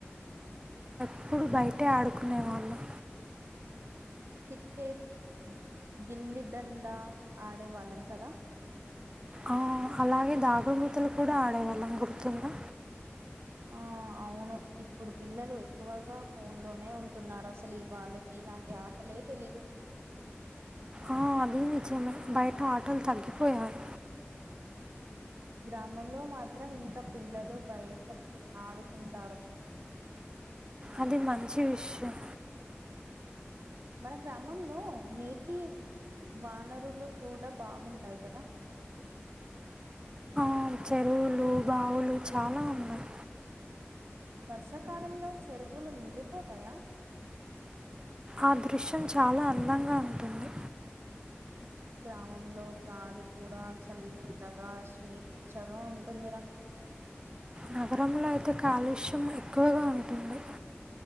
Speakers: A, on the right; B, on the right.
A: ఇప్పుడు బయటే ఆడుకునేవాళ్ళం.
B: క్రికెట్ గిల్లిదండా ఆడేవాళ్ళం కదా
A: ఆ, అలాగే దాగుడు మూతలు కూడా ఆడేవాళ్ళం గుర్తుందా.
B: ఆ అవును ఇప్పుడు పిల్లలు ఎక్కువగా ఫోన్ లోనే ఉంటున్నారు. అసలు ఈ వాళ్ళకి ఇలాంటి ఆటలే తెలీదు.
A: ఆ, అది నిజమే బయట ఆటలు తగ్గిపోయాయి.
B: గ్రామంలో మాత్రం ఇంకా పిల్లలు బయట ఆడుకుంటారు.
A: అది మంచి విషయం.
B: మన గ్రామంలో నీటి వానరులు కూడా బాగుంటాయి కదా
A: ఆ చెరువులు బావులు చాలా ఉన్నాయి
B: వర్షాకాలంలో చెరువులు నిండిపోతాయా
A: ఆ దృశ్యం చాలా అందంగా ఉంటుంది
B: గ్రామంలో గాలి కూడా చల్లగా స్వేచ్ఛగా ఉంటుందిరా
A: నగరంలో అయితే కాలుష్యం ఎక్కువగా ఉంటుంది